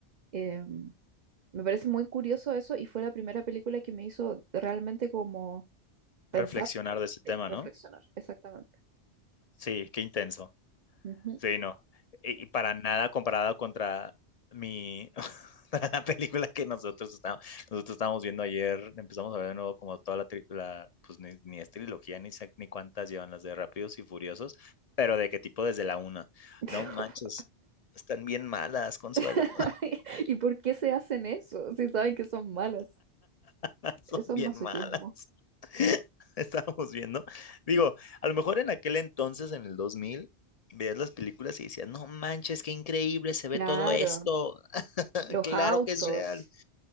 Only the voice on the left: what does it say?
reflexionar de ese tema,
¿no?
Sí, qué intenso,
sí, no, y, y para nada comparado contra mi, <laughs> para la película que nosotros estábamos, nosotros estábamos viendo ayer, empezamos a ver de nuevo como toda la, tri- la pues ni, ni es trilogía, ni sé ni cuántas llevan las de Rápidos y Furiosos, pero de qué tipo desde la una,
no manches, están bien malas, Consuelo,
<laughs>
son bien
malas. <laughs> estábamos viendo. Digo, a lo mejor en aquel entonces, en el 2000 veías las películas y decías, no manches, qué increíble se
ve todo esto, <laughs>
claro
que es real.